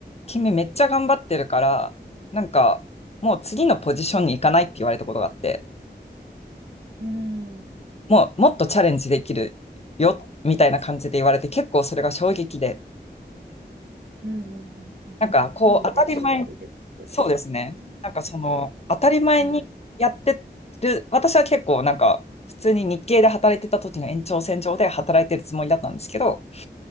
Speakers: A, on the left (about 35°); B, on the right (about 65°).
A: 君めっちゃ頑張ってるから、なんかもう次のポジションに行かないって言われたことがあって、
B: うん。うん。
A: もうもっとチャレンジできるよみたいな感じで言われて結構それが衝撃で
B: うん。うん。うんいい意味での衝撃ということですね。
A: なんかこう当たり前そうですねなんかその当たり前にやってる私は結構なんか普通に日系で働いてた時の延長線上で働いてるつもりだったんですけど
B: はい。